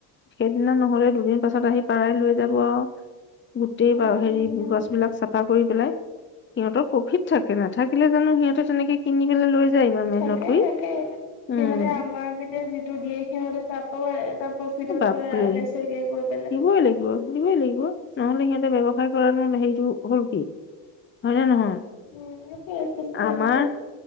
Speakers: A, on the left; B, on the left.
A: সেইদিনা নহলে দু <unintelligible> দুদিন পাছত আহি পাই লৈ যাব আউ গোটেই
B: উম
A: বা হেৰি গছবিলাক চাফা কৰি পেলাই সিহঁতৰ পফিত থাকে নাথাকিলে জানো সিহঁতে তেনেকে কিনি পেলাই লৈ যায় ইাৰ মেহনত
B: থাকে
A: কৰি।
B: থাকে সিহঁতে
A: উম।
B: আমাক এতিয়া যিটো দিয়ে সিহঁতে তাকো এটা প্ৰফিটত
A: বাপৰে
B: গৈ বেচেগে গৈ। <unintelligible>
A: দিবই লাগিব, দিবই লাগিব। নহলে সিহঁতে ব্যৱসায় কৰা হেৰিটো হল কি? হয়নে নহয়?
B: উম চিষ্টেমটো
A: আমাৰ,